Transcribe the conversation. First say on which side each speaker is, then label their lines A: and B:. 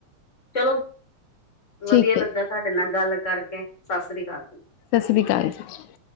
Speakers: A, on the left; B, on the left.
A: ਚਲੋ,
B: ਠੀਕ
A: ਵਧੀਆ ਲੱਗਾ।
B: ਹੈ
A: ਤੁਹਾਡੇ ਨਾਲ ਗੱਲ ਕਰਕੇ। ਸਤਿ ਸ੍ਰੀ ਅਕਾਲ ਜੀ।
B: ਸਤਿ ਸ਼੍ਰੀ ਅਕਾਲ ਜੀ।